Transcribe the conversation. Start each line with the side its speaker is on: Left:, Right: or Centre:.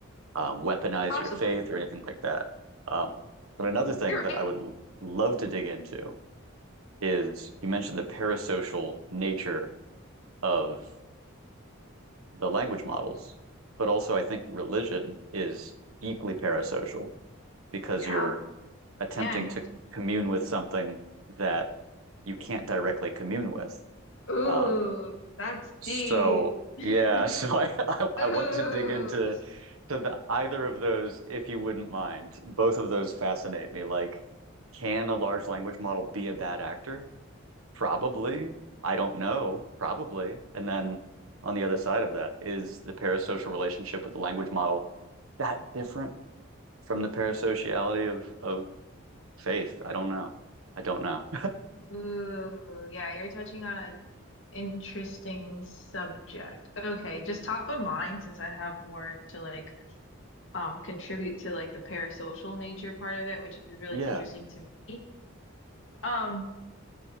Right: uh, weaponize
Left: possibly.
Right: your faith or anything like that. Um, but another thing
Left: You're
Right: that
Left: right.
Right: I would l- love to dig into is you mentioned the parasocial nature of the language models, but also I think religion is deeply parasocial because
Left: Yeah,
Right: you're attempting
Left: man.
Right: to commune with something that you can't directly commune with.
Left: <laughs> Ooh,
Right: Um,
Left: that's
Right: so
Left: deep. <laughs>
Right: yeah, <laughs> so I, I I
Left: Ooh,
Right: want to dig into to the, either of those if you wouldn't mind. Both of those fascinate me. Like, can a large language model be a bad actor? Probably. I don't know. Probably. And then on the other side of that, is the parasocial relationship with the language model that different from the parasociality of of faith? I don't know. I don't know.
Left: ooh, yeah, you're touching on an interesting subject. Okay, just top of mind since I have more to like um contribute to like the parasocial nature part of it, which is really
Right: Yeah.
Left: interesting to me. Um,